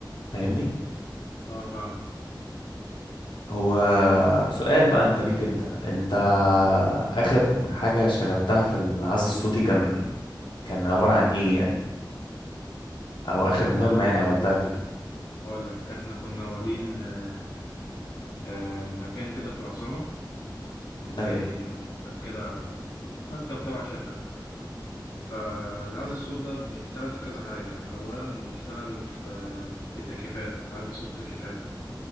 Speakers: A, on the left; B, on the left.
A: فاهمني
B: اه فاهمك
A: هو سؤال بقى انت ليك انت انت اخر حاجة اشتغلتها في العزل الصوتي كان كان عبارة عن ايه يعني او اخر مهمة
B: هقول لك
A: يعني عملتها فيها
B: هقول لك احنا كنا واخدين آه، آه، مكان كده في العاصمة زي
A: ايوه
B: آه، مكتب كده مكتب تبع شركة فالعزل الصوت ده بنشتغل في كذا حاجة يعني. أولا بنشتغل في في التكييفات عزل صوت التكييفات